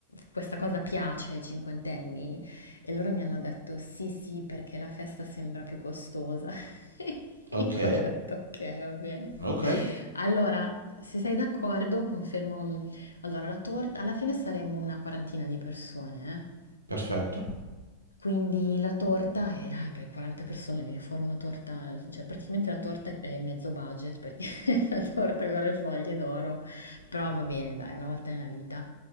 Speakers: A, on the left; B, on the right.
A: questa cosa piace ai cinquantenni? E loro mi hanno detto, sì, sì, perché la festa sembra più costosa. <laughs> Io
B: Ok,
A: ho detto, ok, va bene.
B: ok,
A: Allora, se sei d'accordo, confermo. Allora, la torta, alla fine saremmo una quarantina di persone, eh.
B: perfetto.
A: Quindi la torta è, ah, beh, 40 persone, viene fuori una torta, cioè praticamente la torta è mezzo budget perché <laughs> la torta con le foglie d'oro, però va bene, dai, una volta nella vita.